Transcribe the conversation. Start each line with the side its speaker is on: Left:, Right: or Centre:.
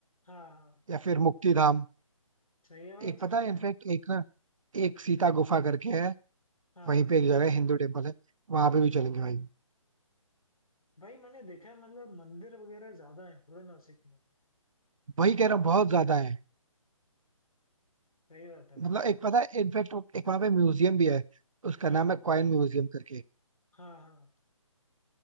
Left: हाँ हाँ
Right: या फिर मुक्ति धाम
Left: सही है भाई
Right: एक पता
Left: चलते
Right: है
Left: हैं
Right: इनफेक्ट एक ना एक सीता गुफा करके है
Left: हाँ
Right: वहीं पे एक जगह है, हिंदू टेम्पल है वहां पे भी चलेंगे भाई
Left: भाई मैंने देखा है मतलब मंदिर वगैरह ज्यादा है थोड़ा नासिक में
Right: वही कह रहा हूँ बहुत ज्यादा है
Left: सही बात है
Right: मतलब
Left: भाई
Right: एक पता है इनफेक्ट एक वहां पे म्यूजियम भी है उसका
Left: हाँ
Right: नाम है कॉइन म्यूजियम करके
Left: हाँ हाँ